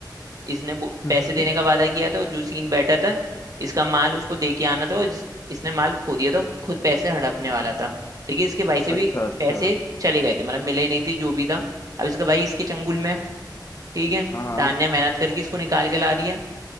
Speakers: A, on the right (about 50°); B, on the left (about 40°).
A: इसने वो
B: हम्म
A: पैसे
B: हम्म,
A: देने
B: हम्म।
A: का वादा किया था और जो सीन बैठा था इसका माल उसको दे के आना था और जिस, इसने माल खो दिया था खुद पैसे हड़पने वाला था ठीक है इसके भाई से
B: अच्छा
A: भी
B: अच्छा
A: पैसे चले गए थे मतलब मिले ही नहीं थे जो भी था अब इसका भाई इसके चंगुल में है ठीक है
B: हाँ हाँ
A: तान्या मेहनत करके इसको निकाल के ला रही है